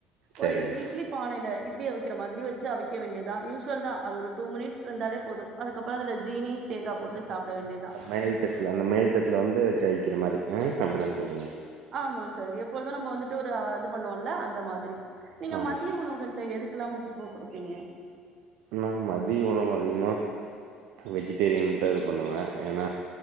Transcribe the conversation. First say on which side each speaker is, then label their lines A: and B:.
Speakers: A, on the right; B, on the right.
A: சரிங்க
B: ஒரு இட்லி பானைல இட்லிய அவு க்கிர மாதிரி வச் வைச்சி அவிக்க வேண்டியது தா யூசுவல் தான் அது ஒரு டூ மினிட் ட்ஸ் வெந்தாலே போதும் அதுக்கப்புறம் அதுல ஜீனி தேங்கா போட்டு சாப்ட வேண்டியதா
A: மேல்தட்டுல அந்த மேல்தட்டுல வந்து ஜெயிக்கிற மாரி ஆ அப்டிதான சொல்றீங்க
B: ஆமா சார் எப்பொழுதும் நம்ம வந்துட்டு ஒரு இது பண்ணோம்ல அந்த மாதிரி நீங்க
A: ஆமா
B: மதிய உணவுகள்ல எதுக் க்கல்லாம் முக்கியத்துவம் கொடுப்பீங்க
A: நா மதிய உணவு அதிகமா வெஜிடேரியன் தான் இது பண்ணுவேன் ஏன்னா